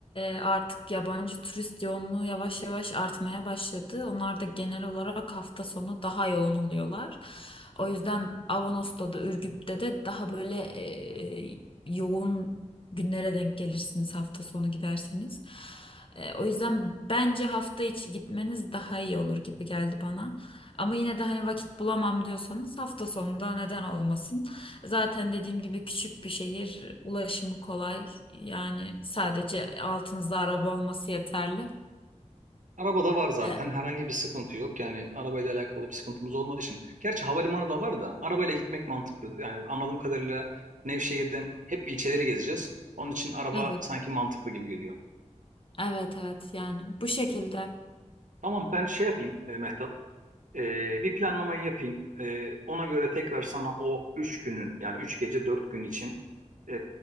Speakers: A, on the left; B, on the right.
A: e, artık yabancı turist yoğunluğu yavaş yavaş artmaya başladı. Onlar da genel olarak hafta sonu daha yoğun oluyorlar. O yüzden Avanos'ta da Ürgüp'te de daha böyle e, yoğun günlere denk gelirsiniz hafta sonu giderseniz. E, o yüzden bence hafta içi gitmeniz daha iyi olur gibi geldi bana. Ama yine de hani vakit bulamam diyorsanız hafta sonunda neden olmasın? Zaten dediğim gibi küçük bir şehir, ulaşımı kolay. Yani sadece altınızda araba olması yeterli.
B: Arabada var zaten
A: E,
B: herhangi bir sıkıntı yok. Yani arabayla alakalı bir sıkıntımız olmadığı için. Gerçi havalimanı da var da arabayla gitmek mantıklı. Yani anladığım kadarıyla Nevşehir'den hep ilçeleri gezeceğiz. Onun için araba
A: evet,
B: sanki mantıklı gibi geliyor.
A: evet, evet. Yani bu şekilde.
B: Tamam ben şey yapayım e, Mehtap. Ee, bir planlamayı yapayım. Ee, ona göre tekrar sana o üç günün yani üç gece dört gün için e,